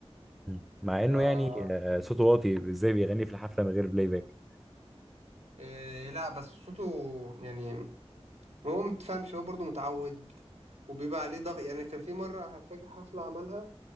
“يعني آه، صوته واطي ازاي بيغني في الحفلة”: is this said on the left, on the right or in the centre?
Centre